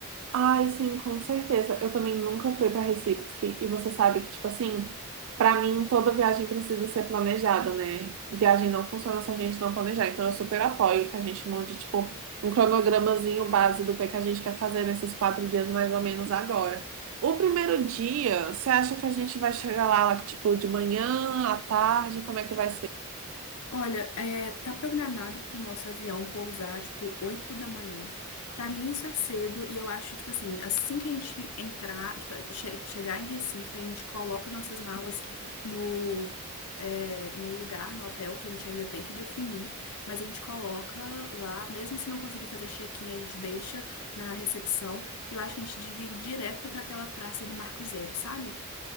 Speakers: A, on the right; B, on the left.
A: Ai, sim, com certeza. Eu também nunca fui para Recife e você sabe que, tipo assim, para mim toda viagem precisa ser planejada, né? Viagem não funciona se a gente não planejar. Então eu super apoio que a gente monte, tipo, um cronogramazinho base do que é que a gente quer fazer nesses quatro dias mais ou menos agora. O primeiro dia, você acha que a gente vai chegar lá, tipo, de manhã, à tarde? Como é que vai ser?
B: Olha, é, tá programado pro nosso avião pousar, tipo, 8 da manhã. Pra mim isso é cedo e eu acho, tipo assim, assim que a gente entrar, tipo, che- chegar em Recife, a gente coloca nossas malas no, é, no lugar, no hotel, que a gente ainda tem que definir, mas a gente coloca lá, mesmo se não conseguir fazer check-in, a gente deixa na recepção. E eu acho que a gente devia ir direto pra aquela praça do Marco Zero, sabe?